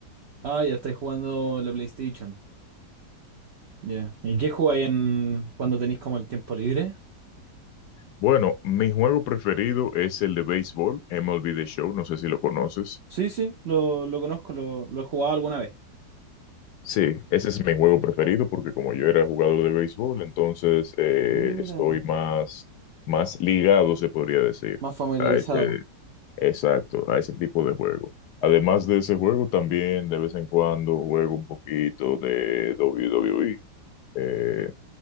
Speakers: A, on the right (about 75°); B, on the left (about 70°).
A: Ah, ya estáis jugando en la PlayStation. Ya. ¿Y qué jugáis en, cuando tenéis como el tiempo libre?
B: Bueno, mi juego preferido es el de béisbol, MLB The Show, no sé si lo conoces.
A: Sí, sí, lo, lo conozco, lo, lo he jugado alguna vez.
B: Sí, ese es mi juego preferido porque como yo era jugador de béisbol, entonces eh,
A: Mira,
B: estoy más, más ligado, se podría decir,
A: más familiarizado.
B: a ese, Exacto, a ese tipo de juego. Además de ese juego, también de vez en cuando juego un poquito de WWE. eh,